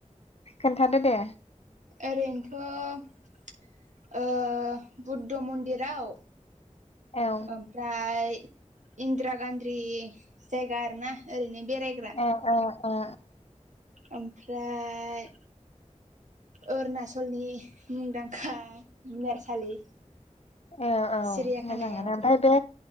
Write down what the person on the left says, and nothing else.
खोन्थादो दे
औ
ओ ओ ओ
औ औ
मोजाङानो ओमफाय बे